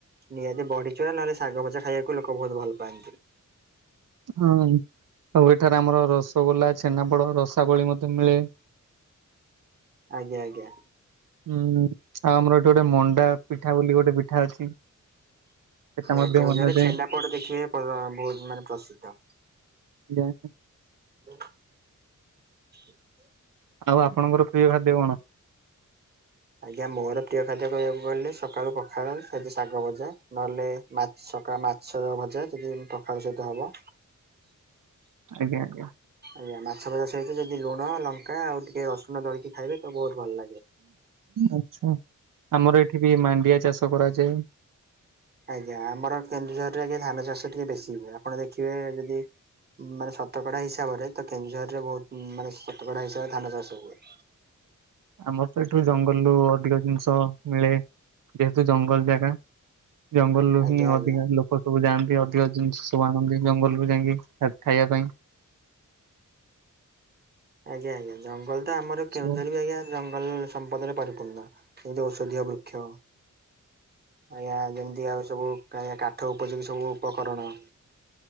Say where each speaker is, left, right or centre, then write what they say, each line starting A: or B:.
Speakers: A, on the right; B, on the right.
A: ନିହାତି ବଢି ଚୁରା ନହେଲେ ଶାଗ ଭଜା ଖାଇବାକୁ ଲୋକ ବହୁତ ଭଲ ପାଆନ୍ତି।
B: ହଁ ଆଉ ଏଠାରେ ଆମର ରସଗୋଲା ଛେନାପୋଡ ରସାବଳୀ ମଧ୍ୟ ମିଳେ।
A: ଆଜ୍ଞା ଆଜ୍ଞା।
B: ହୁଁ ଆଉ ଆମର ଏଠି ଗୋଟେ ମଣ୍ଡା ପିଠା ବୋଲି ଗୋଟେ ପିଠା ଅଛି। ସେଟା ମଧ୍ୟ
A: ଏ କେଉଁଝରେ
B: ବନାଯାଏ।
A: ଛେନାପୋଡ଼ ଟିକିଏ ପ ବହୁତ ମାନେ ପ୍ରସିଦ୍ଧ।
B: ଆଜ୍ଞା।
A: <inaudible>
B: ଆଉ ଆପଣଙ୍କର ପ୍ରିୟ ଖାଦ୍ୟ କଣ?
A: ଆଜ୍ଞା ମୋର ପ୍ରିୟ ଖାଦ୍ୟ କହିବାକୁ ଗଲେ ସକାଳୁ ପଖାଳ ସେ ଯେ ଶାଗ ଭଜା ନହେଲେ ମାଛ ସକା ମାଛ ଭଜା ଯଦି ପଖାଳ ସହିତ ହବ
B: ଆଜ୍ଞା ଆଜ୍ଞା।
A: ଆଜ୍ଞା ମାଛ ଭଜା ସହିତ ଯଦି ଲୁଣ ଲଙ୍କା ଆଉ ଟିକେ ରସୁଣ ଦଳିକି ଖାଇବେ ତ ବହୁତ ଭଲ ଲାଗେ।
B: ଆଛା ଆମର ଏଠି ଟିକେ ମାଣ୍ଡିଆ ଚାଷ କରାଯାଏ।
A: ଆଜ୍ଞା ଆମର କେନ୍ଦୁଝରରେ ଆଜ୍ଞା ଧାନ ଚାଷ ଟିକେ ବେଶୀ ହୁଏ ଆପଣ ଦେଖିବେ ଯଦି ମାନେ ଶତକଡା ହିସାବରେ ତ କେନ୍ଦୁଝରରେ ବହୁତ ମାନେ ଶତକଡା ହିସାବରେ ଧାନ ଚାଷ ହୁଏ।
B: ଆମର ତ ଏଠୁ ଜଙ୍ଗଲରୁ ଅଧିକ ଜିନିଷ ମିଳେ। ଯେହେତୁ ଜଙ୍ଗଲ ଜାଗା ଜଙ୍ଗଲରୁୁ
A: ଆଜ୍ଞା
B: ହିଁ
A: ଆଜ୍ଞା
B: ଅଧିକାଂଶ ଲୋକ ସବୁ ଯାଆନ୍ତି ଅଧିକ ଜିନିଷ ସବୁ ଆଣନ୍ତି ଜଙ୍ଗଲରୁୁ ଯାଇଁକି ଖାଦ୍ ଖାଇବା ପାଇଁ।
A: ଆଜ୍ଞା ଆଜ୍ଞା ଜଙ୍ଗଲଟା ଆମର କେଉଁଝର
B: ସବୁ
A: ବି ଆଜ୍ଞା ଜଙ୍ଗଲ ସମ୍ପଦରେ ପରିପୂର୍ଣ୍ଣ ଯେମିତି ଔଷଧୀୟ ବୃକ୍ଷ। ଆଜ୍ଞା ଯେମିତି ଆଉ ସବୁ କାୟା କାଠ ଉପଯୋଗୀ ସବୁ ଉପକରଣ